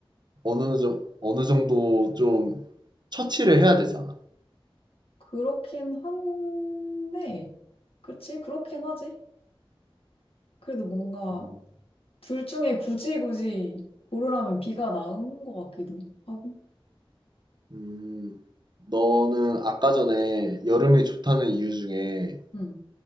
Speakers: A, on the right (about 50°); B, on the left (about 80°).
A: 어느 정, 어느 정도 좀 처치를 해야 되잖아.
B: 그렇긴 한데, 그치? 그렇긴 하지. 그래도 뭔가
A: 음.
B: 둘 중에 굳이 굳이 고르라면 B가 나은 것 같기도 하고.
A: 음, 너는 아까 전에 여름이 좋다는 이유 중에
B: 응.